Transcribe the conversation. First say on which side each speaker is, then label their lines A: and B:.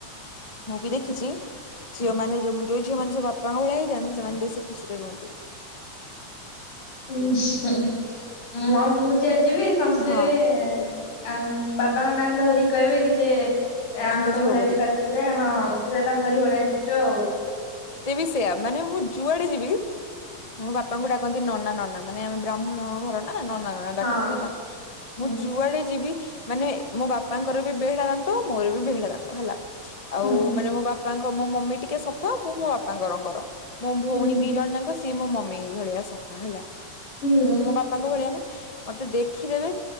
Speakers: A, on the left; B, on the left.
A: ମୁଁ ବି ଦେଖିଛି। ଝିଅମାନୋନ ଯୋଉ ଝିଅ ମାନ ସବୁ ବାପାଙ୍କ ଭଳିଆ ହେଇଥାନ୍ତି ସେମାନେ ବେଶୀ ଖୁସିରେ ରୁହନ୍ତି।
B: ଉଁ ହୁଁ ମୁଁ ଯେ ଯିବି ସମସ୍ତେ
A: ହଁ
B: ଏ ବି ଆଉ ବାବାଙ୍କ ନାଁଙ୍କ ଧରିକ କହିବେ କି ଯେ ଆଙ୍କ
A: ତାଙ୍କ ଝିଅ
B: ଭଳିଆ
A: ବୋଲି
B: ଦେଖା ଅାଉଛି ପୁରା ହଁ ପୁରା ତାଙ୍କରି ଭଳିଆ ଟଓ।
A: ତେ ବି ସେଇୟା ମାନେ ମୁଁ ଯୁଆଡେ ଯିବି ମୋ ବାପାଙ୍କୁ ଡାକନ୍ତି ନନା ନନା ମାନେ ଆମେ ବ୍ରାହ୍ମଣ ଘରର ନା ନ ନା ନ ନା ଡାକନ୍ତି
B: ଆଉ
A: ହେଲା
B: ହୁଁ
A: ମୁଁ ଯୁଆଡେ ଯିବି ମାନେ ମୋ ବାପାଙ୍କର ବି ବେହଡା ଦାନ୍ତ ମୋର ବି ବେହେଡା ଦାନ୍ତ ହେଲା। ଆଉ
B: ହଁ
A: ମାନେ ମୋ ବା ପା ଙ୍କ ମୋ ମମି ଟିକେ ସ ଫା ମୁଁ ମୋ ବାପାଙ୍କ ରଙ୍ଗର ମୋ ଭଉଣୀ
B: ହୁଁ
A: ଦି ଜଣ ଯାଙ୍କ ସେ ସିଏ ମୋ ମମି ଭଳିଆ ସଫା ହେଲା।
B: ହୁଁ
A: ମୁଁ ମୋ ବାପାଙ୍କ ଭଳିଆ ନା ମତେ ଦେଖିଦେବେ